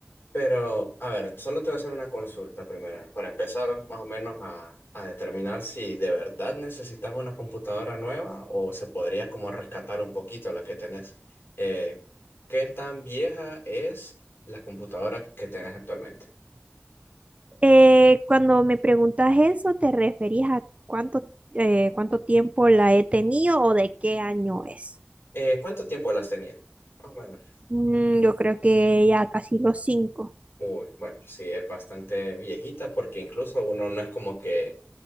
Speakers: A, on the left; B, on the right.
A: Pero, a ver, solo te voy a hacer una consulta primero, para empezar más o menos a, a determinar si de verdad necesitas una computadora nueva o se podría como rescatar un poquito la que tenés. Eh, ¿qué tan vieja es la computadora que tenés actualmente?
B: Eh, cuando me preguntas eso, ¿te referías a cuánto, eh, cuánto tiempo la he tenido o de qué año es?
A: Eh, ¿cuánto tiempo las tenías? Más o menos.
B: Mm, yo creo que ya casi los cinco.
A: Uy, bueno, sí, es bastante viejita porque incluso uno no es como que